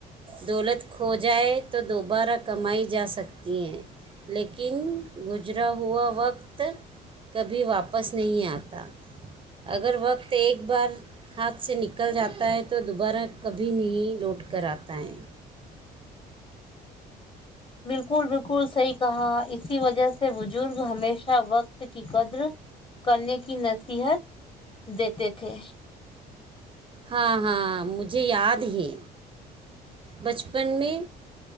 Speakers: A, on the right (about 30°); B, on the left (about 30°).
A: دولت کھو جائے تو دوبارہ کمائی جا سکتے ج لیکن گ گجرا ہوا وقت کبھی واپس نہیں آتا اگر وقت ایک بار ہاتھ سے نکل جاتا ہے تو دوبارہ کبھی نہیں لوٹ کر آتا ہے
B: بالکل بالکل صحیح کہا اسی وجہ سے بزرگ ہمیشہ وقت کی قدر کرنے کی نصیحت دیتے تھے
A: ہاں ہاں مجھے یاد ہے بچپن میں